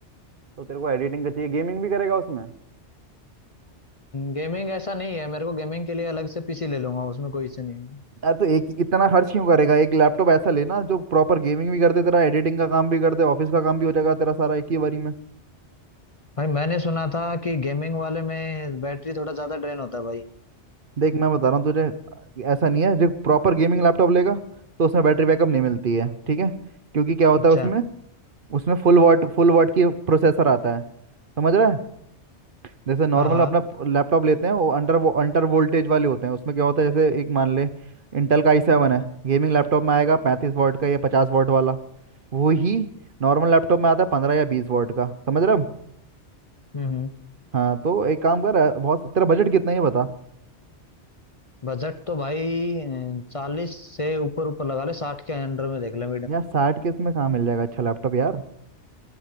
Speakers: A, on the right; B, on the left.
A: तो तेरे को एडिटिंग का चाहिए गेमिंग भी करेगा उसमें
B: गेमिंग ऐसा नहीं है मेरे को गेमिंग के लिए अलग से पीसी ले लूंगा उसमें कोई इश्यू नहीं है
A: यार तो एक इतना खर्च क्यों करेगा एक लैपटॉप ऐसा लेना जो प्रॉपर गेमिंग भी कर दे तेरा एडिटिंग का काम भी कर दे ऑफिस का काम भी हो जाएगा तेरा सारा एक ही बारी में
B: भाई मैंने सुना था कि गेमिंग वाले में बैटरी थोड़ा ज्यादा ड्रेन होता है भाई
A: देख मैं बता रहा हूँ तुझे ऐसा नहीं है जो प्रॉपर गेमिंग लैपटॉप लेगा तो उसमें बैटरी बैकअप नहीं मिलती है ठीक है क्योंकि क्या होता
B: अच्छा
A: है उसमें उसमें फुल वॉट फुल वॉट की प्रोसेसर आता है समझ रहा है जैसे नॉर्मल
B: हाँ हाँ
A: अपना लैपटॉप लेते हैं वो अंडर वो अंडर वोल्टेज वाले होते हैं उसमें क्या होता है जैसे एक मान ले इंटेल का आई सेवन है गेमिंग लैपटॉप में आएगा पैंतीस वॉट का या पचास वॉट वाला वो ही नॉर्मल लैपटॉप में आता है पंद्रह या बीस वॉट का समझ रहे हो
B: हम्म हम्म
A: हाँ तो एक काम कर अ, बहुत तेरा बजट कितना है ये बता
B: बजट तो भाई चालीस से ऊपर ऊपर लगा ले साठ के अंडर में देख ले
A: यार साठ के इसमें कहाँ मिल जाएगा अच्छा लैपटॉप यार